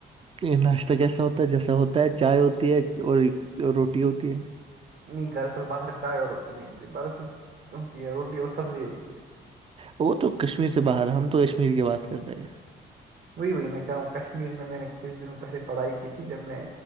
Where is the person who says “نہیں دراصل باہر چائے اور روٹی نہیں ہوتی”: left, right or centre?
Right